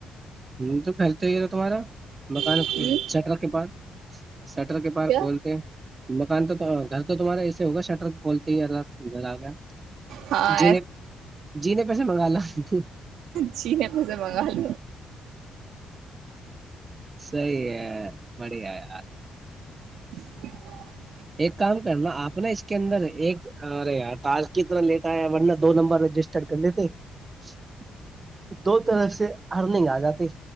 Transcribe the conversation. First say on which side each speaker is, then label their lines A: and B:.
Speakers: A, on the right (about 30°); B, on the right (about 85°).
A: ہ تو کرلتے ہی تھا تمہارا مکان
B: ہے
A: چٹرا کے پاس السلام علیکم محترم سٹر کے پارک
B: کیا
A: کھولتے مکان تو گھر تو تہارا ہوگا شٹر <unintelligible> کولتے ہی ال سر آ گیا
B: ہاں
A: ج ج پیسے منگا لا <unintelligible>
B: چینے پیسے منگا ل
A: صی ہے <unintelligible> می آ یار <unintelligible>
B: <inaudible>
A: ایک کام <unintelligible> نا آپ نا اس کے اندر ایک ارے ار تج کی طرح لیٹ آیا ورنہ دو نمبر رجسٹ چھڑکن دیے تھے <unintelligible> دو طرف سے ارننگ آ جاتی